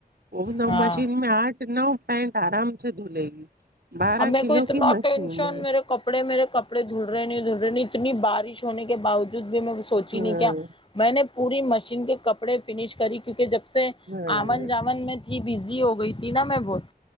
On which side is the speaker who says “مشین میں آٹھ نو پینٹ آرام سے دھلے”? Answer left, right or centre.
Right